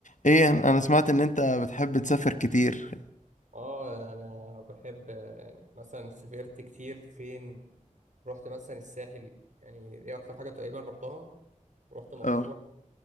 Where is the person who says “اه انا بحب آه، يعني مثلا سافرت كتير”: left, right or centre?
Right